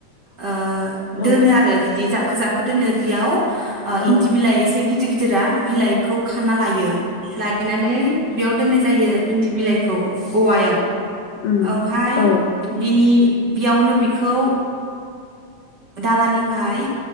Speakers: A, on the right; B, on the left.
A: ओ
B: औ
A: दोनो आरो बिदि जाब खो जाबखो दोनो बियाव आ
B: औ
A: इन्दि बिलइ एसे गि गिदिर गिदिरा बिलाइखौ खाना लायो। लायनानै बियाव दोननाय जायो। इन्दि बिलाइखौ औवायाव
B: उम
A: ओमफाय
B: औ
A: बिनि बियावनो बि खौ दालानिफाय